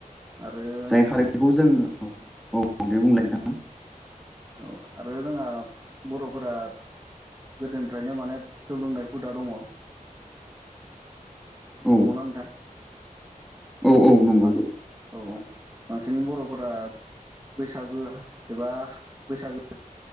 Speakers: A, on the right; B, in the centre.
A: आरो
B: जाय खारैखौ जोङो औ दे बुंलाय नोंथाङा
A: औ आरो जोंहा बर'फोरा गोदोनिफ्रायनो माने जौ लोंनाय हुदा दङ।
B: नोंथां औ
A: नंगौना नोंथां?
B: औ नंगौ
A: औ औ बांसिन बर'फोरा बैसागो एबा बैसागो